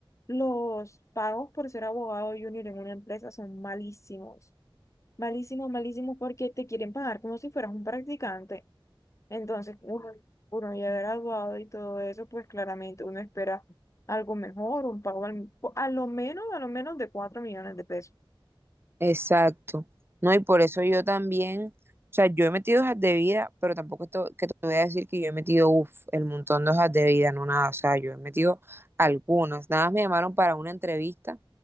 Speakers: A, on the left (about 35°); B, on the right (about 25°).
A: los pagos por ser abogado junior en una empresa son malísimos, malísimos, malísimos porque te quieren pagar como si fueras un practicante. Entonces, uno, uno ya graduado y todo eso, pues claramente uno espera algo mejor, un pago al- a lo menos, a lo menos de 4 millones de pesos.
B: Exacto. No, y por eso yo también, o sea, yo he metido hojas de vida, pero tampoco esto, que te voy a decir que yo he metido, uff, el montón de hojas de vida, no nada, o sea, yo he metido algunas, nada más me llamaron para una entrevista,